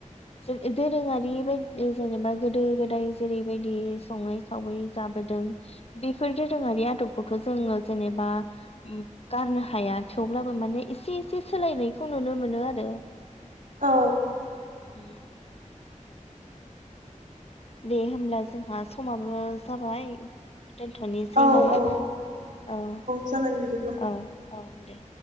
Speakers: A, on the left (about 50°); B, on the right (about 75°).
A: जों ओ दोरोङारि बायदि जेनेबा गोदो गोदाय जेरैबायदि सङै खावै जाबोदों बेफोर दोरोङारि आदबखौथ जोङो जेनेबा उम गारनो हाया थेवब्लाबो माने एसे एसे। सोलायनायखौ नुनो मोनो आरो।
B: औ।
A: उम दे होनब्ला जोंहा समाबो जाबाय। दोनथनोसै
B: औ
A: नामा
B: औ
A: औ
B: जागोन बिदिब्ला
A: औ औ दे।